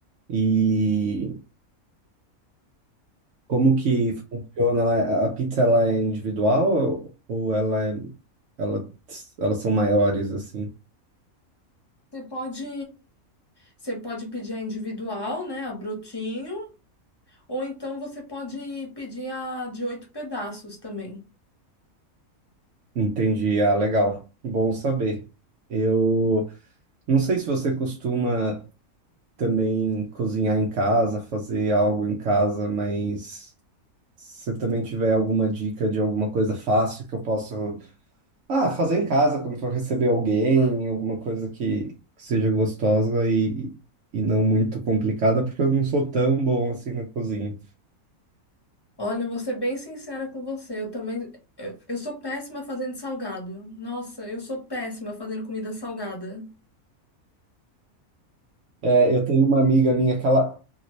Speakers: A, on the right; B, on the left.
A: E como que funciona? Ela- A pizza ela é individual ou ela é ela elas são maiores assim?
B: Você pode, você pode pedir a individual, né, a brotinho. Ou então você pode pedir a de oito pedaços também.
A: Entendi. Ah, legal. Bom saber. Eu não sei se você costuma também cozinhar em casa, fazer algo em casa, mas se você também tiver alguma dica de alguma coisa fácil que eu possa, ah, fazer em casa quando for receber alguém, alguma coisa que, que seja gostosa e, e não muito complicada, porque eu não sou tão bom assim na cozinha.
B: Olha, eu vou ser bem sincera com você. Eu também. Eu, eu sou péssima fazendo salgado. Nossa, eu sou péssima fazendo comida salgada.
A: É, eu tenho uma amiga minha que ela,